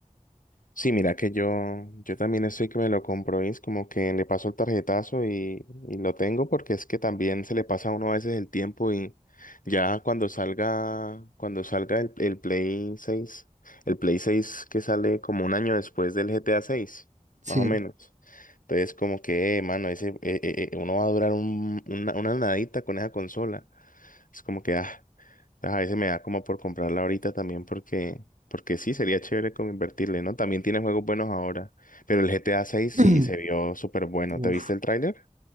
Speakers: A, on the left (about 85°); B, on the right (about 60°).
A: Sí, mira que yo, yo también estoy que me lo compro es como que le paso el tarjetazo y, y lo tengo porque es que también se le pasa a uno a veces el tiempo y ya cuando salga, cuando salga el, el Play seis el Play seis que sale como un año después del GTA seis
B: Sí.
A: más o menos. Entonces, como que, eh, mano, ese, eh, eh, eh, uno va a durar un- una, una nadita con esa consola. Es como que, ah, a veces me da como por comprarla ahorita también porque, porque sí, sería chévere como invertirle, ¿no? También tiene juegos buenos ahora, pero el GTA 6
B: <clears throat>
A: sí se vio súper bueno.
B: Uf,
A: ¿Te viste el tráiler?